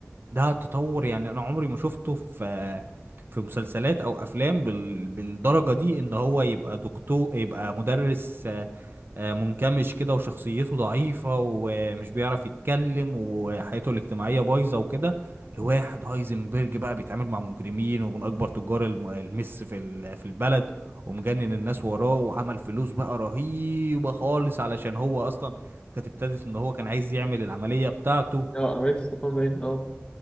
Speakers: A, on the right (about 50°); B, on the left (about 25°).
A: ده تطور يعني انا عمري ما شفته في في مسلسلات او افلام بال... بالدرجة دي ان هو يبقى دكتور يبقى مدرس آه، آه، منكمش كده وشخصيته ضعيفة ومش بيعرف يتكلم وحياته الاجتماعية بايظة وكده لواحد هايزنبرج بقى بيتعامل مع مجرمين ومن أكبر تجار الم- المس في ال- في البلد ومجنن الناس وراه وعمل فلوس بقى رهيبة خالص علشان هو أصلا كانت ابتدت إن هو كان عايز يعمل العملية بتاعته
B: اه عمليه السرطان باين اه